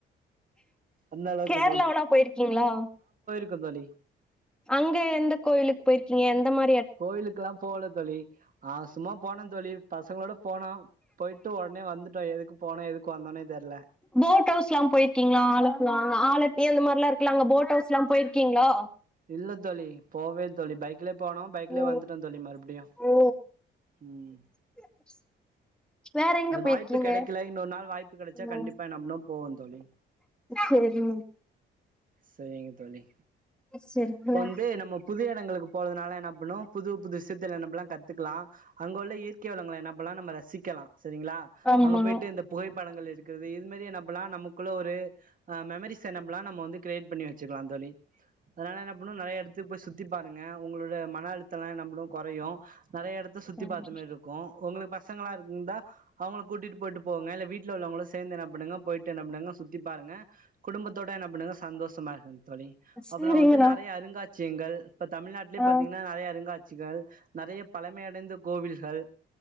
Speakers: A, on the right; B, in the centre.
A: அந்த அளவுக்கு
B: கேரளாவுலா போயிருக்கீங்ளா?
A: க்கந்‌ தோழி
B: அங்க எந்த கோயிலுக் போயிருக்கீங்க எந்த மா
A: கோயிலுக்குல்லா போல தோழி ஆ‌ சும்மா போனொ தோழி பசங்களோட போனோ போயிட்டு ஒடனே வந்துட்டோ எதுக்கு போனோ எதுக்கு வந்தோனே தெர்ல
B: போட் ஹவுஸ்லா போயிருக்கிங்ளா ஆலப்புழா ஆலப்பியு அந்த மார்லா இரு க்ல அங்க போட் ஹவுஸ்லா போயிருக்கிங்ளா?
A: இல்ல தோழி போவே தோழி பைக்லே போனோ பைக்லே
B: ம்.
A: வந்துட்டோ தோழி மறுப்டியு
B: ஓ!
A: ம்
B: <inaudible> வேற எங்க
A: அ
B: போயிருக்கீங்க?
A: வாய்ப்பு கெடைக்கல இன்னொரு நாள் வாய்ப்பு கெடச்சா கண்டிப்பா
B: ஓ!
A: நம்ளு போவோ தோழி
B: சரிங்க.
A: செரிங்க தோழி
B: சரிங்களா.
A: இப்ப வந்து நம்ம புதிய எடங்களுக்கு போறதுனால என்ன பண்ணுவொ புது புது விஷ்யத்துல நம்பல்லா கத்துக்கலா அங்க உள்ள இயற்கை வளங்கள‌ என்ன பண்லா நம்ம ரசி க்கெலா செரிங்களா
B: ஆமா.
A: அங்க போயிட்டு இந்த புகை படங்கள் எடுக்குறது இது மாரி என்னா பண்லா நமக்குள்ள ஒரு அ மெமரிஸ என்ன பல்லா நம்ம வந்து கிரியேட் பண்ணி வச்சுக்கலா தோழி அதுனால என்ன பண்வொ நறைய எடத்துக்கு போய் சுத்தி பாருங்க உங்ளோட மன அழுத்தல்லா என்ன பண்ணு கொறையு நறைய எடத்த சுத்தி
B: ம்.
A: பாத்த மாரி இருக்கு ஒங்களுக்கு ப சங்களா இரு ந்தா அவங்கள கூட்டிட்டு போயிட்டு போங்க இல்ல வீட்ல உள்ளவுங்களு சேந்து என்ன பண்ணுங்க போயிட்டு என்ன பண்ணுங்க சுத்தி பாருங்க குடும்பத்தோட என்ன பண்ணுங்க சந்தோஷமா இருங் தோழி
B: சரிங்கண்ணா.
A: அப்புற வந்து நெறைய அருங்காட் ஷியங்கள் இப்ப தமிழ்நாட்லே
B: ஆ
A: பாத்தீங்னா நறைய அருங்காட் சிகள் நறைய பழமையடைந்த கோவில்கள்